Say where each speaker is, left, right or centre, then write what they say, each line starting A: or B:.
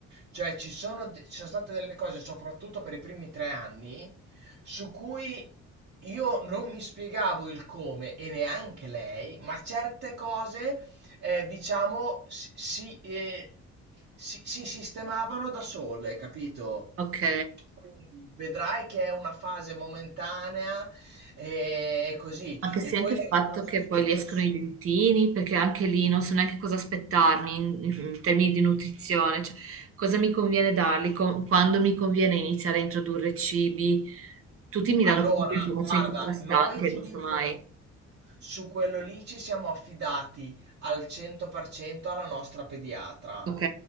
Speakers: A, on the right; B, on the right.
A: Cioè, ci sono, de- ci sono state delle cose, soprattutto per i primi tre anni, su cui io non mi spiegavo il come e neanche lei, ma certe cose, eh, diciamo, si, si, eh, si- si sistemavano da sole, capito?
B: Ok.
A: Quindi vedrai che è una fase momentanea e così.
B: Anche
A: E
B: se
A: poi
B: anche il
A: l'altra
B: fatto
A: cosa
B: che
A: che
B: poi
A: ti posso...
B: gli escono i dentini, perché anche lì non so neanche cosa aspettarmi in, in termini di nutrizione, cioè, cosa mi conviene darli, co- quando mi conviene iniziare a introdurre cibi. Tutti mi danno
A: Allora,
B: comunque informazioni
A: guarda,
B: contrastanti
A: noi ti
B: e non
A: dico,
B: so mai.
A: su quello lì ci siamo affidati al 100% alla nostra pediatra.
B: Ok,